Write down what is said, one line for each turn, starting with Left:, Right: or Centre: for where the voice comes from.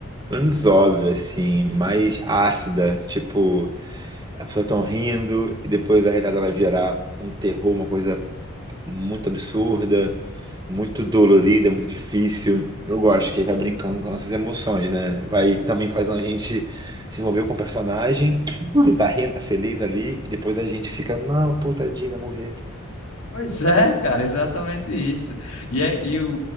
Right: menos óbvia, assim, mais ácida. Tipo, a pessoa tão rindo e depois a risada vai virar um terror, uma coisa muito absurda, muito dolorida, muito difícil. Eu gosto que aí vai brincando com nossas emoções, né? Vai também fazendo a gente se envolver com o personagem, ele tá rindo, tá feliz ali, e depois a gente fica, não, pô, tadinho, vai morrer.
Left: Pois é, cara, exatamente isso. E, é, e o,